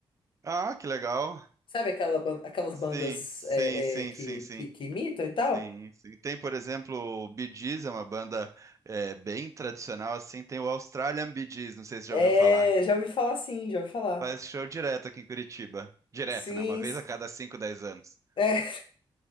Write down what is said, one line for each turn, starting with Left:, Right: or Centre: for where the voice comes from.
Right: Ah, que legal.
Left: Sabe aquela, ban- aquelas
Right: Sim,
Left: bandas
Right: sim,
Left: é,
Right: sim,
Left: é, que,
Right: sim, sim.
Left: que, que imitam e tal?
Right: Sim, sim. Tem, por exemplo, o Bee Gees, é uma banda é, bem tradicional, assim. Tem o Australian Bee Gees, não sei se você
Left: É,
Right: já ouviu falar.
Left: já ouvi falar sim, já ouvi falar.
Right: Faz show direto aqui em Curitiba. Direto,
Left: Sim,
Right: né? Uma vez
Left: s-
Right: a cada 5, 10 anos.
Left: é.